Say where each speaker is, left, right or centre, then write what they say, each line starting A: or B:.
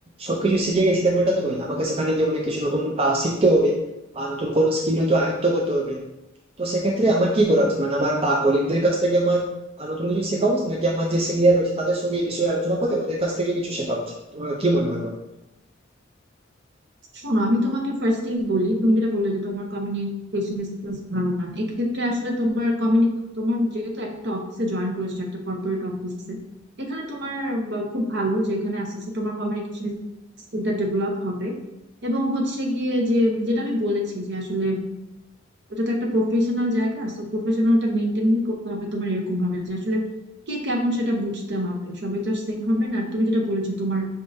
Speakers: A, on the right; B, on the right.
A: সবকিছু শিখে গেছি তেমনটা তো নয় আমাকে সেখানে গিয়ে অনেক কিছু নতুন আহ, শিখতে হবে আর নতুন কোনো স্কিল হয়তো আয়ত্ত করতে হবে তো সেক্ষেত্রে আমার কি করা উচিত মানে আমার কলিগদের কাছ থেকে আমার আহ, নতুন কিছু শেখা উচিত নাকি আমার যে সিনিয়র রয়েছে তাদের সঙ্গে এই বিষয়ে আলোচনা করে ওদের কাছ থেকে কিছু শেখা উচিত তোমার কি মনে হয় বলো?
B: শোনো আমি তোমাকে ফার্স্টেই বলি তুমি যেটা বললে যে তোমার কমিউনিকেশন স্কিলস ভালো না এক্ষেত্রে আসলে তোমার কমিউনি তোমার যেহেতু একটা অফিসে জয়েন করেছো একটা কর্পোরেট অফিসে এখানে তোমার বা খুব ভালো যে এখানে আস্তে আস্তে তোমার কমিউনিকেশন স্কিলটা ডেভেলপ হবে এবং হচ্ছে গিয়ে যে যেটা আমি বলেছি যে আসলে এটা তো একটা প্রফেশনাল জায়গা তো প্রফেশনালটা মেনটেন করতে হবে তোমার এরকম ভাবে যে আসলে কে কেমন সেটা বুঝতে হবে সবাই তো আর সেম হবে না আর তুমি যেটা বলেছো তোমার